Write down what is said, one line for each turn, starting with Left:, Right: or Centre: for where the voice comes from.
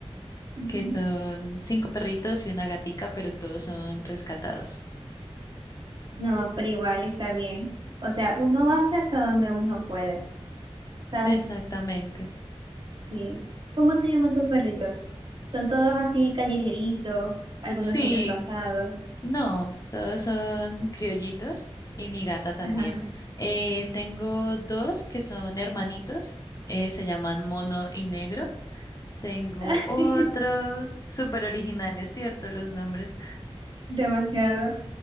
Right: Ujú.
Left: que son cinco perritos y una gatica, pero todos son rescatados.
Right: No, pero igual está bien. O sea, uno hace hasta donde uno puede. ¿Sabes?
Left: Exactamente.
Right: Sí. ¿Cómo se llaman tus perritos? Son todos así callejeritos, algunos
Left: Sí,
Right: son enrasados.
Left: no, todos son criollitos y mi gata también.
Right: Ajá.
Left: Eh, tengo dos que son hermanitos, eh, se llaman Mono y Negro. Tengo
Right: <laughs>
Left: otro, súper originales, ¿cierto? Los nombres.
Right: Demasiado.